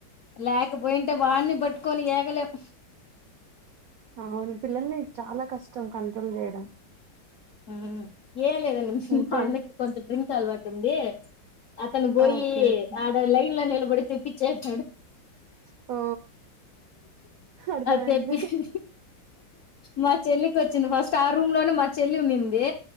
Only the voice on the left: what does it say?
లేకపోయింటే వాడిని పట్టుకొని ఏగలేం
ఉమ్ ఏం లేదండి
మా అన్నకి కొంచం డ్రింక్ అలవాటు ఉంది అతను బోయి
ఆడ లైన్లని వాడు తేపిచ్చే అటునాడు
అ తెప్పిచు మా చెల్లికి వచ్చింది
ఫస్ట్ ఆ రూమ్ లోనే మా చెల్లి ఉండింది